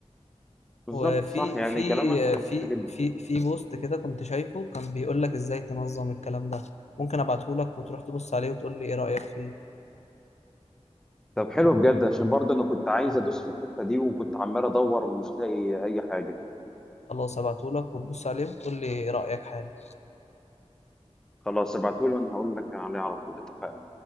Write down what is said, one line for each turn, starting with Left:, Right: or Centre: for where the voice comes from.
Centre: بالظبط
Left: وفي
Centre: صح يعني
Left: في
Centre: كلامك
Left: في
Centre: صح جدا
Left: في في بوست كده كنت شايفه كان بيقول لك ازاي تنظم الكلام ده ممكن ابعته لك وتروح تبص عليه وتقول لي ايه رأيك فيه
Centre: طب حلو بجد عشان برضه انا كنت عايز ادوس في الحته دي وكنت عمال ادور ومش لاقي اي حاجه
Left: خلاص ابعته لك وتبص عليه وتقول لي ايه رأيك حالا
Centre: خلاص ابعتولي وانا هقول لك عليه على طول اتفقنا